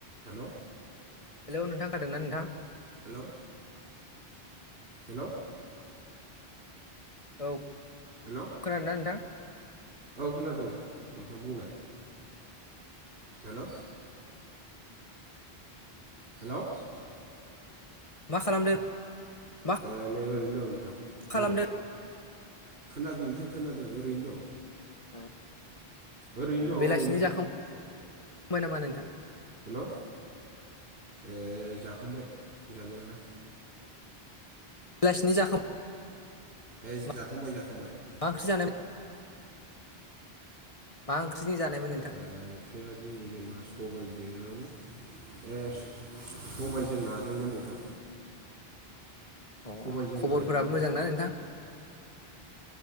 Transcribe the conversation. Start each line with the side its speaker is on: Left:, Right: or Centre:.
Right: Hello
Left: hello नोंथां खोनादों ना नोंथां?
Right: हेलौ हेलौ
Left: औ
Right: हेल'
Left: खोनारादों नोंथां।
Right: औ खोनादों नोंथां बुंनाय। हेलौ हेलौ
Left: मा खालामदों? मा
Right: ए नै ओरैनो दं नोंथां
Left: खालामदों
Right: बुंनाय खोनादों नोंथां खोनादों ओरैनो दं।
Left: अ
Right: ओरैनो दं
Left: बेलासिनि
Right: ओरैनो
Left: जाखांबाय नामा नोंथां?
Right: हेलौ ए जाखांबाय जानायालाय।
Left: बेलासिनि जाख
Right: ए
Left: मा
Right: जाखांबाय जाखांबाय ए
Left: ओंख्रि जानाय मा ओंख्रिजों जानायमोन
Right: ओंख्रिया
Left: नोंथां
Right: दिनै जोंना सबायजों ए सबायजों नाजोंमोन नोंथां।
Left: अ
Right: सबायजों
Left: खबरफोराबो
Right: नाजोंमोन
Left: मोजांना नोंथां?